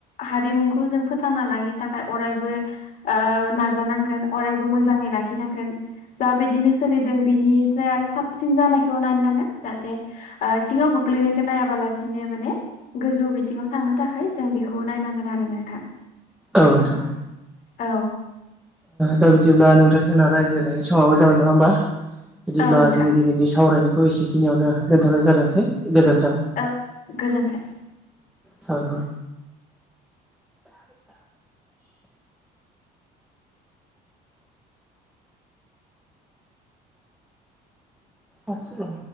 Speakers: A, on the left; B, in the centre.
A: हारिमुखौ जों फोथांना लागिनो थाखाय अरायबो ओ नाजानांगोन अरायबो मोजाङै लाखिनांगोन जा बिायदिनो सोलिदों बिनि फ्राय आरो साबसिन जानायखौ नायनांगोन जाहाथे ओ सिङाव गोग्लैनायखौ नायाबालासिनो माने गोजौ बिथिङाव थांनो थाखाय जों बेखौ नायनांगोन आरो नोंथां।
B: औ नोंथां।
A: औ
B: दा बिदिब्ला नोंथांजोंना रायज्लायनायनि समावबो जाबाय नङा होमबा बिदिब्ला
A: औ नोंथां
B: जोंनि दिनैनि सावरायनायखौ एसेखिनियावनो दोनथ'नाय जादोंसै गोजोन्थों
A: औ गोजोन्थों
B: साबायखर बस्र